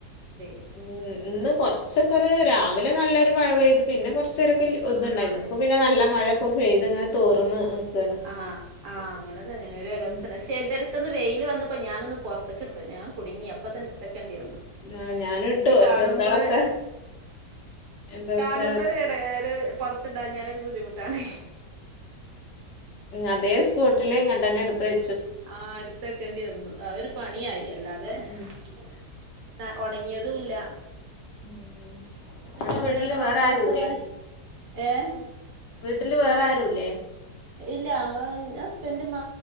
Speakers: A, on the right; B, on the left.
A: ഇത് തന്നെ.
B: ഉം ഇന്ന് കൊറച്ചൊക്കെരു രാവിലെ നല്ലൊരു മഴ പെയ്തു പിന്നെ കൊറച്ച്. ചരക്കിൽ കൊതുണ്ടായിരുന്നു
A: ആഹ്
B: ഇപ്പൊ പിന്നെ നല്ല
A: ആഹ്
B: മഴയൊക്കെ പെയ്ത് ഇങ്ങനെ തോർന്ന്. നിക്കാണ്
A: ആഹ് ആഹ് അങ്ങനെ തന്നെയാണ് ഒരു ഇടർച്ച
B: ഉം
A: ഉണ്ടായി. തെരുതെരക്കൊന്ന് വെയില് വന്നപ്പോ ഞാനൊന്ന് പൊറത്തെക്ക് ഇട്ട്, ഞാൻ കുടുങ്ങി അപ്പ തന്നെ എടുത്തു വെക്കണ്ടേ വന്നു.
B: ആ ഞാനിട്ടു
A: വെയില് കാണുമ്പോള്.
B: ഡ്രസ്സുകളൊക്കെ ഡ്രസ്സുകളൊക്കെ
A: കാണുമ്പോൾ ഒരു ഇതാണ് ഒരു പൊറത്ത് ഇടാൻ ഞാനൊരു ബുദ്ധിമുട്ടാണ്.
B: ഉം
A: ഉം
B: അതേ സ്പോട്ടില് ഇങ്ങട്ടെത്തന്നെ എടുത്ത് വെ
A: ആഹ് എടുത്തു വെക്കേണ്ടേ വന്നു ആഹ് ഒരു പണിയായി അല്ലാതെ.
B: ഉം
A: എന്നാ ഉണങ്ങിയതും ഇല്ല.
B: ഉം.
A: പിന്നെ ഏത്
B: അപ്പൊ
A: അങ്ങോട്ട്
B: വീട്ടില്
A: എവിടെ
B: വേറെ
A: മക്കളൊക്കെ
B: ആരുല്ലേ
A: എവിടെ ഏഹ്.
B: വീട്ടില് വേറാരുമില്ലേ.
A: ഇല്ല ആഹ് ഇന്റെ ഹുസ്ബൻഡും മ